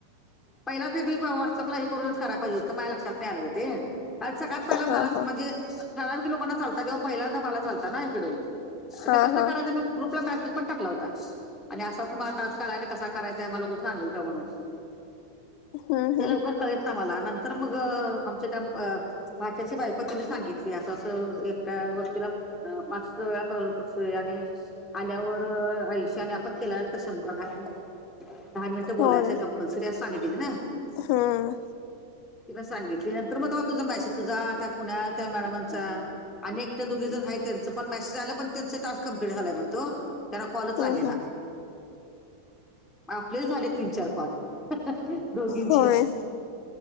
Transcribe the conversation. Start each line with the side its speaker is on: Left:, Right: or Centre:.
Centre: पहिला ते मी व्हॉट्सअपला हे करूनच कराय पाहिजे होत माझ्या लक्षात नाही आलं ते कारण सगळ्यात पहिला मला
Left: हा हा हा
Centre: म्हणजे ठराविक लोकांना चालत किंवा पहिल्यांदा मला चालतात ना इकडे मग
Left: हा
Centre: ते कं
Left: हा
Centre: करायचं मी ग्रुपला मेसेज पण टाकला होता आणि अस अस मला टास्ला कसा करायचाय म को सांगेल का म्हणून
Left: हम्म
Centre: ते
Left: हम्म
Centre: लवकर कळेत ना मला नंतर मग आमच्या त्या भाच्याची बाईप तुनी सांगितली अस अस एक व पाच वेळा करू शतोय आणि आल्यावर आयुष्य आणि आपण केल्यानंतर श ह दहा मिनिटं बोलायचंय
Left: होय
Centre: कं्पल्सरी अस सांगितित ना
Left: हम्म
Centre: ती म सांगितली नंतर मग तुझा मॅसेज तुझा त्या पुण्या त्या मॅडमांचा आणि एक तर दोघी जण आहेत त्यांचं पण मॅसेज आलं पण त्यांचं टास्क कं्प्लट झालंय म्हणतो त्याला कॉलच
Left: हम्म
Centre: लागेल ना
Left: हम्म
Centre: आपलेच झाले तीन चार पाच रोगचीच
Left: होय